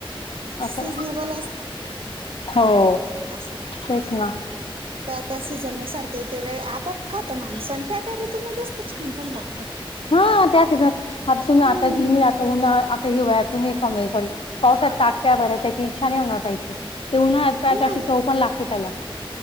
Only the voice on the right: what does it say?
सीझनेबल
अस
त्या त्या सीझन नुसार ते ते वेळ आपोआप खातो माणूस आणि त्या त्या ऋतूमध्येच ते छानपण लाग
हम्म,
नाही